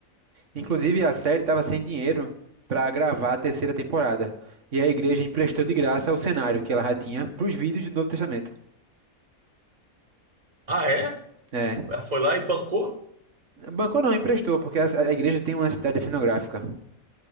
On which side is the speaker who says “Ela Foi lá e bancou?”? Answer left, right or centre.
Right